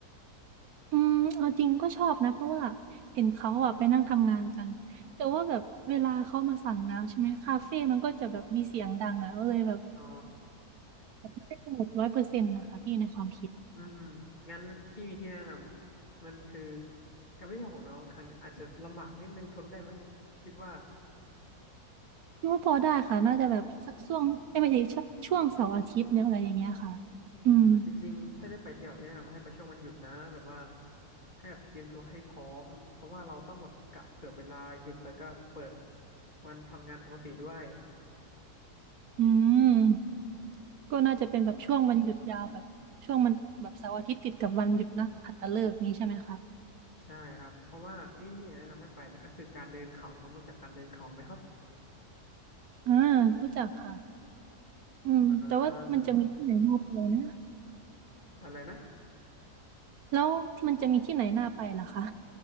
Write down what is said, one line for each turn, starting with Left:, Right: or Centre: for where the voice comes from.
Right: อืมเอาจริงก็ชอบนะเพราะว่าเห็นเขาอะไปนั่งทำงานกันแต่ว่าแบบเวลาเขามาสั่งน้ำใช่ไหมคาเฟ่มันก็จะแบบมีเสียงดังอะก็เลยแบบ
Left: อ๋อ
Right: ไม่ได้สงบร้อยเปอร์เซ็นต์นะคะพี่ในความคิด
Left: อืมอืมงั้นพี่มีที่แนะนำมันคือการไปเที่ยวของน้องครั้งเนี้ยอาจจะลำบากนิดนึงทนได้ไหมแบบคิดว่า
Right: คิดว่าพอได้ค่ะน่าจะแบบสักช่วงเอ้ยไม่ใช่ชักช่วงเสาร์อาทิตย์เนี่ยอะไรอย่างเงี้ยค่ะ
Left: อ่าจริงๆถ้าจะไปเที่ยวพี่แนะนำว่าให้ไปช่วงวันหยุดนะแบบว่า
Right: อืม
Left: ให้แบบเตรียมตัวให้พร้อมเพราะว่าเราต้องแบบกะเผื่อเวลาหยุดแล้วก็เปิดวันทำงานปกติด้วย
Right: อืมก็น่าจะเป็นแบบช่วงวันหยุดยาวแบบช่วงมันแบบเสาร์อาทิตย์ติดกับวันหยุดนักขัตฤกษ์นี้ใช่ไหมคะ
Left: ใช่ครับเพราะว่าที่พี่แนะนำให้ไปเนี่ยก็คือการเดินเขาน้องรู้จักการเดินเขาไหมครับ
Right: อ่ารู้จักค่ะอืมแต่ว่ามันจะมีที่ไหนน่าไปนะ
Left: อ่าอะไรนะ
Right: แล้วมันจะมีที่ไหนน่าไปล่ะคะ